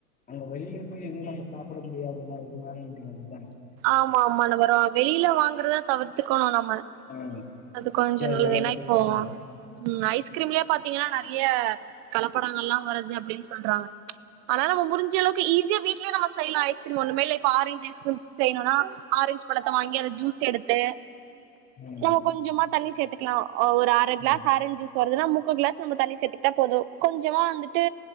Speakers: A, on the left; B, on the right.
A: அங்க வெளில கொஞ்சம் எதுவும் நம்ம சாப்ட முடியாதுல்ல எதுவும் வாங்க முடியாதுல்ல
B: ஆமா ஆமா ந வரும் வெளியில வாங்கறதான் தவிர்த்துக்கணும் நம்ம
A: ம்
B: அது கொஞ்சம்
A: தேவையானது
B: நல்லது ஏன்னா இப்போ
A: ஆமா
B: ம் ஐஸ்கிரீம்லயே பாத்தீங்கன்னா
A: ம்
B: நெறைய கலப்படங்கள் எல்லாம் வருது அப்பிடின்னு சொல்றாங்க ச் ஆனா நம்ம முடுஞ்ச அளவுக்கு ஈசியா வீட்லயே நம்ம செய்யலாம் ஐஸ்கிரீம் ஒன்னுமே இல்ல இப்ப ஆரஞ்சு ஐஸ்கிரீம் செய்யனுன்னா ஆரஞ்ச் பழத்தை வாங்கி அத ஜூஸ் எடுத்து
A: ம்
B: நம்ம கொஞ்சமா தண்ணி சேத் க்கலாம் ஒரு அர
A: ம்
B: க்ளாஸ் ஆரஞ் ஜூஸ் வருதுன்னா முக்கா கிளாஸ் நம்ம தண்ணி சேத்துகிட்டா போதும் கொஞ்சமா வந்துட்டு